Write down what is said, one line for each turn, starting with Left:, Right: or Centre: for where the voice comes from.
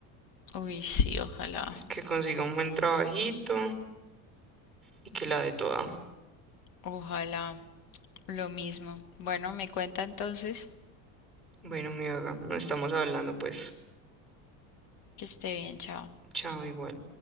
Left: Uy, sí, ojalá,
Centre: Que consiga un buen trabajito y que la dé toda.
Left: ojalá, lo mismo. Bueno, me cuenta entonces
Centre: Bueno, mi vaga, nos estamos hablando, pues.
Left: que esté bien, chao.
Centre: Chao, igual.